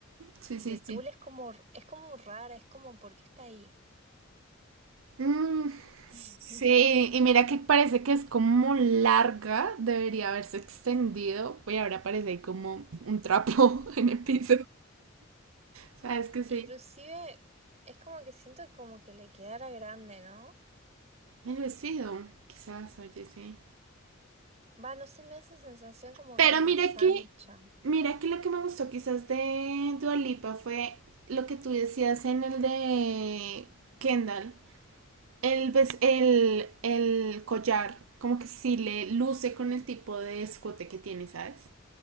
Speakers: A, on the right; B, on the right.
A: Sí,
B: de
A: sí,
B: tul
A: sí.
B: es como, es como rara, es como, ¿por qué está ahí?
A: Mm, sí,
B: <laughs>
A: y mira que parece que es como larga, debería haberse extendido, y ahora parece ahí como un trapo <laughs> en el piso. ¿Sabes que sí?
B: Inclusive es como que siento como que le quedara grande, ¿no?
A: El vestido, quizás, oye, sí.
B: Va, no sé, me da esa sensación como
A: Pero
B: que la
A: mira
B: ensancha.
A: que, mira que lo que me gustó quizás de Dua Lipa fue lo que tú decías en el de Kendall. El, ves- el, el collar, como que sí le luce con el tipo de escote que tiene, ¿sabes?